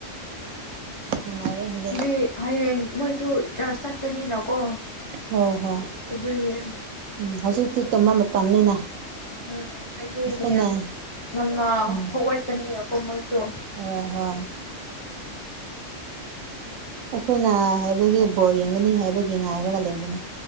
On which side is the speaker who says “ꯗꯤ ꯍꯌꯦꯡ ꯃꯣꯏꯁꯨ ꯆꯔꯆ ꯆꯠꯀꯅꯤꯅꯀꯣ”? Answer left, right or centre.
Left